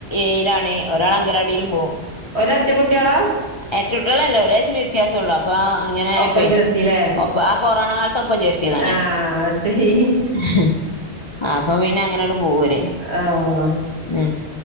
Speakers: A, on the left (about 45°); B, on the right (about 70°).
A: ഏയിലാണ് ഒരാള് അങ്കലാടിലും പോവും
B: ഒരേര്റ്റ കുട്ട്യേളാ
A: എരറ്റ ട്ടോള്ളല്ല ഒരയ്സിൻ്റ വ്യത്യാസം ഉള്ളൂ അപ്പ അങ്ങനെ ആയ്
B: ഒപ്പം
A: പോയി
B: ചേർത്തിലേ
A: ഒപ്പ ആ കൊറോണ കാലത്ത് ഒപ്പം ചേർത്ത്യ
B: ആ അത് സെരി
A: <unintelligible> അപ്പൊ പിന്നെ അങ്ങനട് പോവോല്
B: ആ
A: ഏ